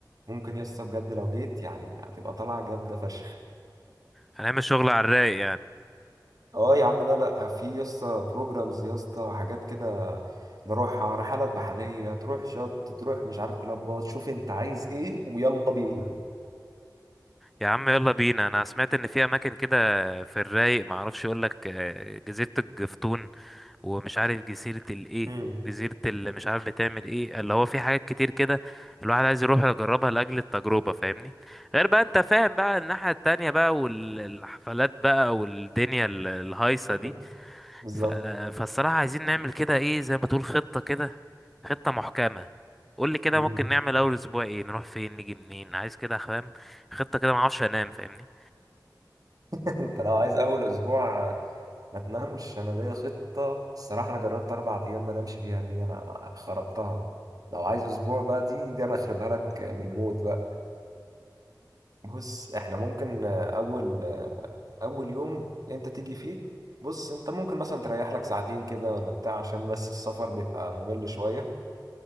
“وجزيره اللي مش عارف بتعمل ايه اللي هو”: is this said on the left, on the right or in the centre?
Centre